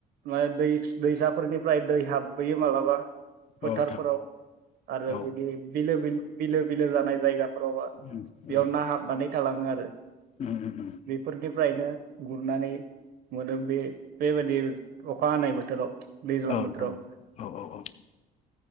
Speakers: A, on the right (about 65°); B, on the left (about 40°).
A: माय दैस-दैसाफोरनिफ्राय दै हाबबोयो मालाबा फोथारफोराव
B: औ नोंथां
A: आरो
B: औ
A: बिदि बिलो बिल बिलो बिलो जानाय जायगा रवा
B: उम
A: बेयाव
B: उम
A: ना हाबनानै थालाङो आ
B: उम उम
A: बेफोरनिफ्रायनो गुरनानै मोनो बे-बेबायदि अखा हानाय बोथोराव। दैज्लां
B: औ नोंथां
A: बोथोराव
B: औ औ औ